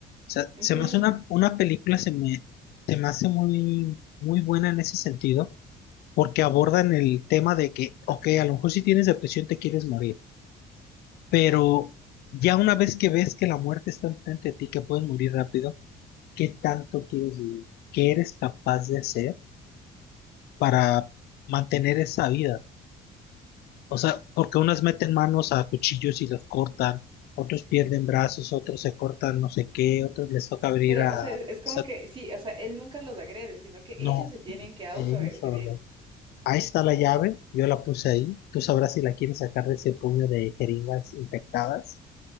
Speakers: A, on the left; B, on the right.
A: sea,
B: Ujú.
A: se me hace una, una película, se me, se me hace muy, muy buena en ese sentido, porque abordan el tema de que, ok, a lo mejor si tienes depresión te quieres morir, pero ya una vez que ves que la muerte está enfrente de ti, que puedes morir rápido, ¿qué tanto quieres vivir? ¿Qué eres capaz de hacer para mantener esa vida? O sea, porque unas meten manos a cuchillos y los cortan, otros pierden brazos, otros se cortan no sé qué, otros les toca abrir
B: Pero,
A: a...
B: o sea, es
A: o
B: es como
A: sea,
B: que, sí, o sea, él nunca los agrede, sino que ellos
A: no.
B: se tienen que autoagredir.
A: Ellos solo. Ahí está la llave, yo la puse ahí. Tú sabrás si la quieres sacar de ese puño de jeringas infectadas,